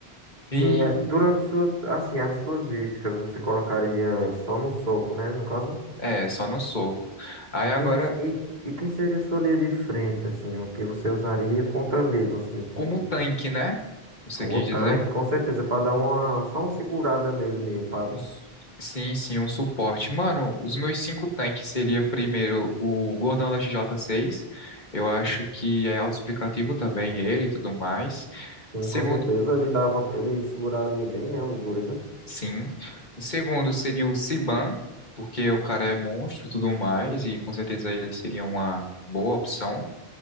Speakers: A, on the left; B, on the right.
A: E
B: Sim, é, durante suas, assim, as suas iscas, você colocaria só no soco, né, no caso?
A: é, só no soco. Aí
B: E
A: agora,
B: quem você, e, e quem seria sua linha de frente, assim, o que você usaria contra mesmo, assim, o que
A: como tanque, né? Você
B: Como
A: quis
B: o tanque,
A: dizer?
B: com certeza, para dar uma, só uma segurada nele mesmo. Pra,
A: Um s- Sim, sim, um suporte. Mano, os meus cinco tanques seria primeiro o Gordão da X j 6 Eu acho que é autoexplicativo também ele e tudo mais.
B: sim,
A: Segundo,
B: com certeza, ele dava, ele seguraria bem, né, o gorila.
A: sim. O segundo seria o Siban, porque o cara é monstro e tudo mais, e com certeza ele seria uma boa opção.